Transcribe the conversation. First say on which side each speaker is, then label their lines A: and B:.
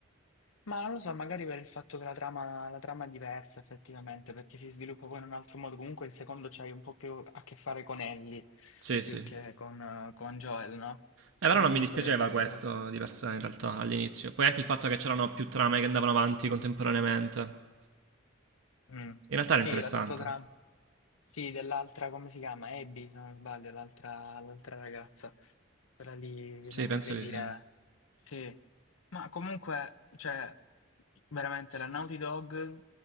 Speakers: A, on the left; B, on the right.
A: Ma non lo so, magari per il fatto che la trama, la trama è diversa effettivamente, perché si sviluppa poi in un altro modo. Comunque il secondo c'hai un po' più a che fare con Ellie,
B: Sì, sì.
A: più
B: E
A: che con, eh, con Joel, no?
B: però
A: Quindi
B: non mi dispiaceva
A: potrebbe essere
B: questo
A: quello.
B: di per sé in realtà all'inizio. Poi anche il fatto che c'erano più trame che andavano avanti contemporaneamente.
A: Mm.
B: In realtà
A: Sì,
B: era interessante.
A: la sottotrama. Sì, dell'altra, come si chiama? Abby, se non sbaglio, l'altra l'altra ragazza. Quella lì,
B: Sì,
A: non
B: penso
A: vorrei
B: di
A: dire...
B: sì.
A: Sì, ma comunque, cioè, veramente la Naughty Dog